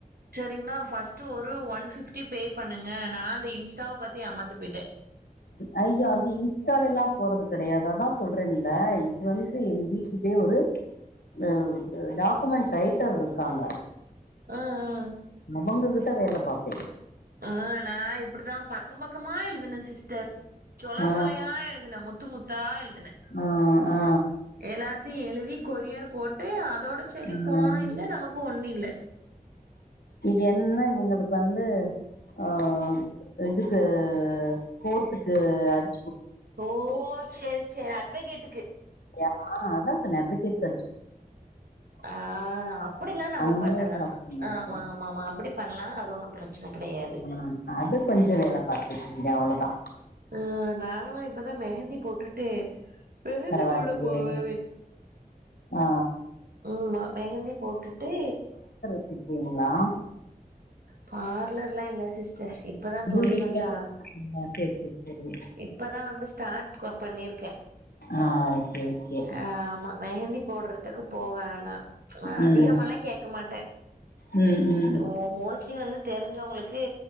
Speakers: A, on the right; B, on the left.
A: சரிங்ளா பஸ்ட் ட்டு ஒரு ஒன் பிப்டி பே பண்ணுங்க நா அந்த இன்ஸ்டாவ பாத்து ஏமாந்து போயிட்டே
B: ஐயோ அது இன்ஸ்டால எல்லா போறது கெடையாது அதா சொல்றேன்ல இது வந்து எங் வீட்டுக்கு ஒரே ஒரு ஆ டாக்குமெண்ட் ரைட்டர் இருக்காங்க
A: ஆ ஆ
B: அவங்ககிட்ட வேல பாத்தே
A: ஆ நா இப் அப்டிதா பக்கம் பக்கமா எழுதுன சிஸ்டர் சொலச்சொலயா
B: ஆ
A: எழுதுன முத்து முத்தா எழுதுன
B: ஆ ஆ
A: எல்லாத்தையு எழுதி கொரியர் போட்டு அதோட சரி
B: ம்
A: போனு இல்ல நமக்கு ஒண்ணு இல்ல
B: இது என்ன இவங்களுக்கு வந்து ஆ இதுக்கு கோர்ட்டுக்கு அடி
A: ஓ சேரி சேரி அட்வகேட்
B: ஆ அதா சொன்ன அட்வகேட்க்கு அடிச்சு
A: ஆ அப்டிலா நம்ப
B: அந்த
A: பண்ணலா
B: டாக்குமெண்ட்
A: ஆமா ஆமா ஆமா அப்டி பண்லா அது ஒன்னு பிரச்சன கெடையாது
B: ஆ ம் அது கொஞ்சோ வேல பாத்துட்ருந்தே அவ்ளோதா
A: ஆ நானு இப்பதா மெஹந்தி போட்டுட்டு மெஹந்தி
B: பரவாயில்லையே
A: போட போவே
B: ஆ
A: உம்மா மெஹந்தி போட்டுட்டு
B: வச்சிருக்கீங்ளா
A: பார்லர்லா இல்ல சிஸ்டர் இப்பதா
B: பியூட்டிஷியன்
A: தொழில் வந்து
B: ஆ சேரி சேரி சேரி
A: இப்பதா வந்து ஸ்டார்ட் பண்ணியிருக்கே
B: ஆ ஓகே ஓகே
A: ஆ ஆமா மெஹந்தி போட்றதுக்கு போவ நானு
B: ம்
A: அதிகமாலா கேட்க மாட்டே
B: ம் ம்
A: ஒ மோஸ்ட்லி வந்து தெரிஞ்சவுங்களுக்கு